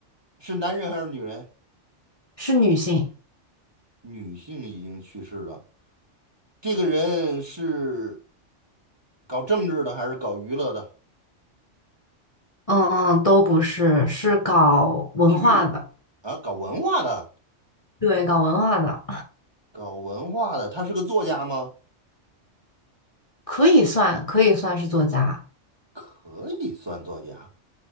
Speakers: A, on the right (about 20°); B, on the left (about 30°).
A: 是男人还是女人？
B: 是女性，
A: 女性已经去世了。这个人是搞政治的还是搞娱乐的？
B: 嗯，都不是，是搞文化的。
A: 体育啊，搞文化的，
B: 对，搞文化的，
A: 搞文化的。他是个作家吗？
B: 可以算，可以算是作家。
A: 可以算作家。